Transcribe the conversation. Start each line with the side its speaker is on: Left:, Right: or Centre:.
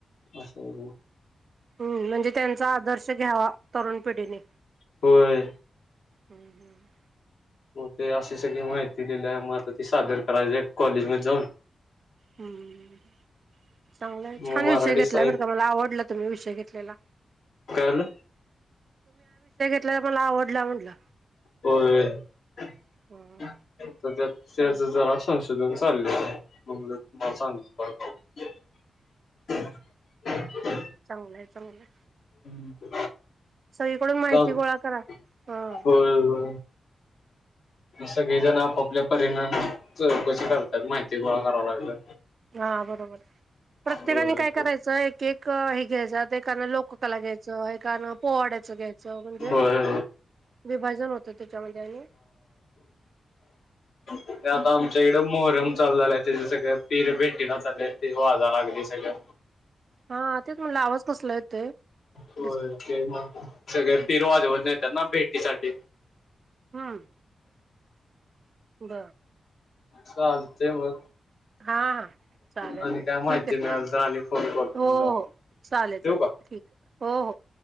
Left: असं हाय ओ.
Right: हम्म म्हणजे त्यांचा आदर्श घ्यावा तरुण पिढीने
Left: होय
Right: हम्म हम्म.
Left: हो ते अशी सगळी माहिती दिली आहे म आता ती सादर करायची कॉलेज मध्ये जाऊन.
Right: हम्म चांगलंय
Left: मग
Right: छान
Left: मराठी
Right: विषय घेतलाय
Left: साहित्य
Right: बर का मला आवडला तुम्ही विषय घेतलेला.
Left: काल.
Right: लय मला आवडला म्हटलं.
Left: होय तर
Right: हम्म
Left: त्या त्याच
Right: चांगलं
Left: जरा अस शधून चालले मग तुम्हाला सांगु परत <inaudible>
Right: चांगलंय चांगलंय.
Left: हम्म
Right: सगळीकडून माहिती
Left: <unintelligible>
Right: गोळा करा. हम्म
Left: होय हो. सगळे जण आपापल्या परिणा कशी करतात माहिती गोळा करावं लागल
Right: हा बरोबर. प्रत्येकाने
Left: होय
Right: काय करायचं एक एक हे घ्यायचं एकानं लोककला घ्यायचं एकानं पोवाड्यात घ्यायचं म्हणजे
Left: होय.
Right: विभाजन होतं त्याच्यामध्ये आणि
Left: ते आता आमच्या हिकडं. मोहरम चालू झालाय त्या सगळं पीर भेटीला चाले ते वाजा लागली सगळं
Right: हा तेच म्हटलं आवाज कसला येतोय.
Left: होय
Right: दिस
Left: ते मग सगळे पिर वाजवत नेतात ना भेटीसाठी.
Right: हम कड
Left: चालते मग
Right: हा चालेल
Left: आणि
Right: चाले
Left: काय माहिती
Right: ठीक आहे
Left: मिळाल तर आणि फोन करतो
Right: हो
Left: मग तुम्हाला
Right: हो चालेल चालेल
Left: ठेवू का?
Right: ठीक आहे हो हो